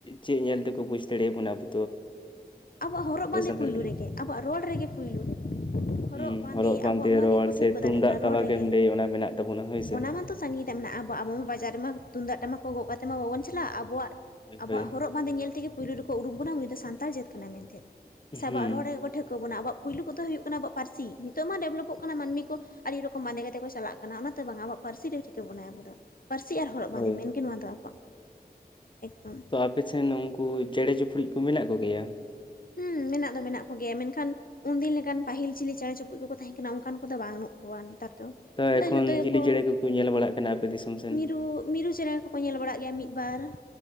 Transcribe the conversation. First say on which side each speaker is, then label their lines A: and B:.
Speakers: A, on the left; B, on the left.
A: ᱪᱮᱜ ᱧᱮᱞ ᱛᱮᱠᱚ ᱵᱩᱡᱽ ᱫᱟᱲᱮᱭᱟ ᱵᱚᱱᱟ ᱟᱵᱚ?
B: ᱟᱵᱚᱣᱟᱜ ᱦᱚᱨᱚᱜ ᱵᱟᱸᱫᱮ
A: ᱥᱟᱱᱛᱟᱲ
B: ᱯᱩᱭᱞᱩ
A: ᱠᱟᱱᱟ
B: ᱨᱮᱜᱮ ᱟᱵᱚᱣᱟᱜ ᱨᱚᱲ ᱨᱮᱜᱮ ᱯᱩᱭᱞᱩ ᱨᱮᱜᱮ ᱾ ᱦᱚᱨᱚᱜ
A: ᱦᱩᱸ
B: ᱵᱟᱸᱫᱮ ᱟᱵᱚᱣᱟᱜ ᱱᱚᱣᱟ
A: ᱨᱚᱲ
B: ᱨᱮᱜᱮ ᱠᱚ ᱴᱷᱟᱹᱣᱠᱟᱹ
A: ᱥᱮ ᱛᱩᱢᱫᱟᱜ
B: ᱫᱟᱲᱮᱭᱟ-ᱱᱟ
A: ᱴᱟᱢᱟᱠᱮᱢ
B: ᱨᱚᱲ ᱨᱮᱜᱮ,
A: ᱞᱟᱹᱭ ᱚᱱᱟ ᱢᱮᱱᱟᱜ ᱛᱟᱵᱚᱱᱟ ᱦᱳᱭ ᱥᱮ
B: ᱚᱱᱟ ᱢᱟᱛᱚ ᱥᱟᱜᱤᱧ ᱨᱮ ᱢᱮᱱᱟᱜᱼᱟ ᱟᱵᱚᱼᱟᱜ ᱟᱵᱚ ᱵᱟᱡᱟᱨ ᱨᱮᱢᱟ ᱛᱩᱢᱫᱟᱜ ᱴᱟᱢᱟᱠ ᱠᱚ ᱜᱚᱜ ᱠᱟᱛᱮ ᱢᱟ ᱵᱟᱵᱚᱱ ᱪᱟᱞᱟᱜ, ᱟᱵᱚᱣᱟᱜ
A: ᱦᱳᱭ
B: ᱟᱵᱚᱼᱟᱜ
A: ᱦᱳᱭ
B: ᱦᱚᱨᱚᱜ ᱵᱟᱸᱫᱮ ᱧᱮᱞ ᱛᱮᱜᱮ ᱯᱩᱭᱞᱳ ᱨᱮᱠᱚ ᱩᱨᱩᱢ ᱵᱚᱱᱟ ᱱᱩᱭ ᱫᱚ ᱥᱟᱱᱛᱟᱲ ᱡᱟᱹᱛ ᱠᱟᱱᱟᱭ ᱢᱮᱱᱛᱮ ᱾ ᱥᱮ
A: ᱦᱩᱸ
B: ᱟᱵᱚᱣᱟᱜ ᱨᱚᱲ ᱨᱮᱜᱮ ᱠᱚ ᱴᱷᱣᱠᱟᱹ ᱵᱚᱱᱟ ᱟᱵᱚᱣᱟ ᱯᱩᱭᱞᱩ ᱠᱚᱫᱚ ᱦᱩᱭᱩᱜ ᱠᱟᱱᱟ ᱟᱵᱚᱼᱟᱜ ᱯᱟᱹᱨᱥᱤ, ᱱᱤᱛᱚᱜ ᱢᱟ ᱰᱮᱵᱷᱞᱚᱯᱚᱜ ᱠᱟᱱᱟ ᱢᱟᱹᱱᱢᱤ ᱠᱚ ᱟᱹᱰᱤ ᱨᱚᱠᱚᱢ ᱵᱟᱸᱫᱮ ᱠᱚᱛᱮ ᱠᱚ ᱪᱟᱞᱟᱜ ᱠᱟᱱᱟ ᱚᱱᱟᱛᱮ ᱵᱟᱝᱼᱟ ᱟᱵᱚᱣᱟᱜ ᱯᱟᱹᱨᱥᱤ ᱜᱮ ᱴᱤᱠᱟᱹ ᱵᱚᱱᱟ ᱟᱵᱚ ᱫᱚ ᱾ ᱯᱟᱨᱥᱤ ᱟᱨ ᱦᱚᱨᱚᱜ ᱵᱟᱸᱫᱮ
A: ᱦᱳᱭ
B: ᱢᱮᱱᱜᱮ ᱱᱚᱣᱟ ᱫᱚ ᱟᱠᱵᱚᱼᱟᱜ ᱮᱠ-ᱫᱚᱢ ᱾
A: ᱛᱚ ᱟᱯᱮ ᱥᱮᱱ ᱩᱱᱠᱩ ᱪᱮᱬᱮ ᱪᱤᱯᱲᱩᱡ ᱠᱩ ᱢᱮᱱᱟᱜ ᱠᱚ ᱜᱮᱭᱟ?
B: ᱦᱩᱸ ᱢᱮᱱᱟᱜ ᱫᱚ ᱢᱮᱱᱟᱜ ᱠᱚ ᱜᱮᱭᱟ, ᱢᱮᱱᱠᱷᱟᱱ ᱩᱱ ᱫᱤᱱ ᱞᱮᱠᱟᱱ ᱯᱟᱹᱤᱞ ᱪᱤᱞᱤ ᱪᱮᱬᱮ ᱪᱩᱯᱩᱡ ᱠᱚᱠᱚ ᱛᱟᱦᱮᱸ ᱠᱟᱱᱟ ᱚᱱᱠᱟᱱ ᱠᱚᱫᱚ ᱵᱟᱝ-ᱱᱩᱜ ᱠᱚᱣᱟ ᱱᱮᱛᱟᱨ ᱫᱚ ᱾
A: ᱛᱚ
B: ᱟᱫᱚ
A: ᱮᱠᱷᱚᱱ
B: ᱡᱷᱚᱛᱚ ᱜᱮᱠᱚ,
A: ᱪᱤᱞᱤ ᱪᱮᱬᱮ ᱠᱚᱠᱚ ᱧᱮᱞ ᱵᱟᱲᱟᱜ ᱠᱟᱱᱟ ᱟᱯᱮ ᱫᱤᱥᱚᱢ ᱥᱮᱱ
B: ᱢᱤᱨᱩ-ᱢᱤᱨᱩ ᱪᱮᱬᱮ ᱠᱚ ᱠᱚ ᱧᱮᱞ ᱵᱟᱲᱟᱜ ᱜᱮᱭᱟ ᱢᱤᱫ ᱵᱟᱨ ᱾